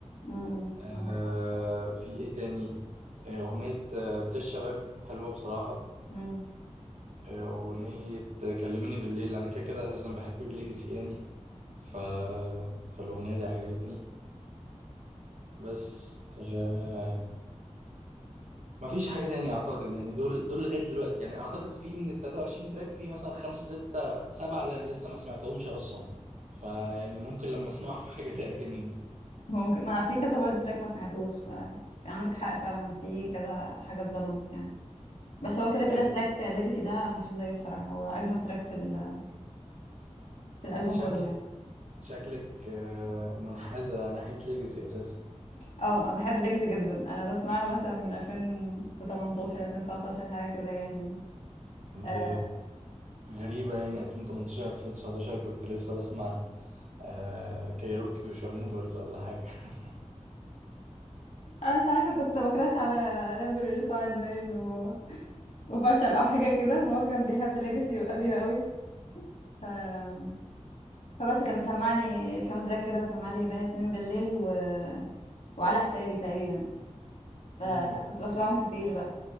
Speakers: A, on the left; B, on the right.
A: امم
B: آه
A: عندك حق
B: في ايه تاني آه، أغنية آه، طش شباب حلوة بصراحة
A: امم
B: آه، أغنية آه، كلميني بالليل أنا كده كده أساسا بحب الليجاسي يعني ف... فالأغنية دي عجبتني بس آه ما فيش حاجة تانية أعتقد يعني دول دول لغاية دلوقتي يعني أعتقد في من ال 23 تراك في مثلا خمسة ستة سبعة اللي أنا لسه ما سمعتهمش أصلا فيعني ممكن لما أسمعهم <laughs> حاجة تعجبني
A: ممكن ما في كذا برضه تراك ما سمعتوش ف في عندك حق فعلا في كذا حاجة اتظلمت يعني بس هو كده
B: طيب
A: كده تراك ليجاسي ده ما فيش زيه بصراحة هو أجمد تراك في ال... في الألبوم
B: أنت شكلك
A: كله يعني
B: شكلك آه، منحازة ناحية ليجاسي أساسا
A: اه أنا بحب ليجاسي جدا أنا بسمع له مثلا من 2018 2019 حاجة كده يعني
B: أنت
A: آه،
B: غريبة يعني 2018 2019 كنت لسه بسمع آه كايروكي وشارموفرز ولا حاجة <laughs>
A: أنا مش عارفة كنت بكراش على رابر سعاد باين و... وفشل أو حاجة كده فهو كان بيحب ليجاسي قوي قوي فبس كان مسمع لي كام تراك كده مسمع لي بين اتنين بالليل و... وعلى حسابي تقريبا فكنت
B: مم،
A: بسمعهم كتير بقى